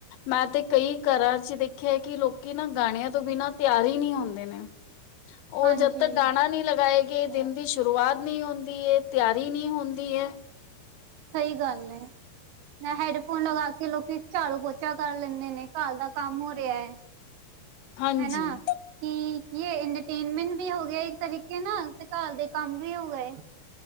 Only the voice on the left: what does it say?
ਮੈਂ ਤੇ ਕਈ ਘਰਾਂ ਚ ਦੇਖਿਆ ਕਿ ਲੋਕੀ ਨਾ ਗਾਣਿਆਂ ਤੋਂ ਬਿਨਾਂ ਤਿਆਰ ਹੀ ਨਹੀਂ ਹੁੰਦੇ ਨੇ। ਉਹ
ਜਦ ਤੱਕ ਗਾਣਾ ਨਹੀਂੀ ਲਗਾਏ ਗੀ ਦਿਨ ਦੀ ਸ਼ੁਰੂਆਤ ਨਹੀ ਹੁੰਦੀ ਹੈ ਤਿਆਰੀ ਨਹੀਂ ਹੁੰਦੀ ਹੈ।
ਹਾਂਜੀ।